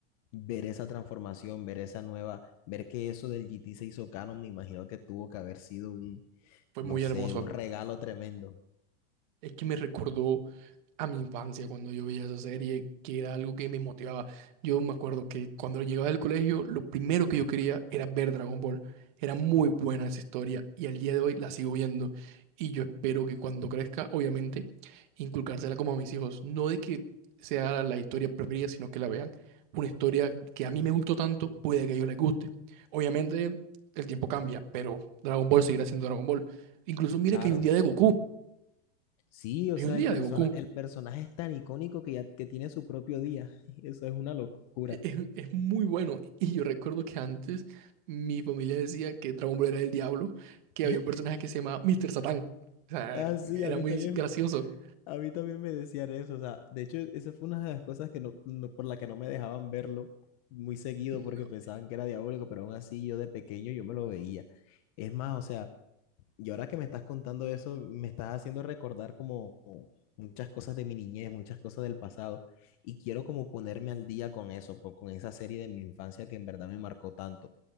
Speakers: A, on the left; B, on the right.
A: ver esa transformación, ver esa nueva, ver que eso del GT se hizo canon, me imagino que tuvo que haber sido un,
B: Fue
A: no
B: muy
A: sé,
B: hermoso.
A: un regalo tremendo.
B: Es que me recordó a mi infancia cuando yo veía esa serie, que era algo que me motivaba. Yo me acuerdo que cuando llegaba del colegio, lo primero que yo quería era ver Dragon Ball. Era muy buena esa historia y al día de hoy la sigo viendo. Y yo espero que cuando crezca, obviamente, inculcársela como a mis hijos. No de que sea la historia preferida, sino que la vean. Una historia que a mí me gustó tanto, puede que a ellos les guste. Obviamente, el tiempo cambia, pero Dragon Ball seguirá siendo Dragon Ball. Incluso mira
A: Claro.
B: que hay un día de Goku.
A: Sí, o
B: Hay
A: sea,
B: un día
A: el persona,
B: de Goku.
A: el personaje es tan icónico que ya que tiene su propio día. <laughs> Eso es una locura.
B: E- Es, es muy bueno. Y yo recuerdo que antes mi familia decía que Dragon Ball era el diablo, que
A: <laughs>
B: había un personaje que se llamaba Mr. Satán. O sea,
A: Ah, sí,
B: era
A: a mí
B: muy
A: también
B: gracioso.
A: A mí también me decían eso, o sea, de hecho, esa fue una de las cosas que no, no- por la que no me dejaban verlo muy seguido
B: No,
A: porque pensaban que era diabólico, pero aún así yo de pequeño yo me lo veía. Es más, o sea, y ahora que me estás contando eso, me estás haciendo recordar como como muchas cosas de mi niñez, muchas cosas del pasado, y quiero como ponerme al día con eso, po- con esa serie de mi infancia que en verdad me marcó tanto.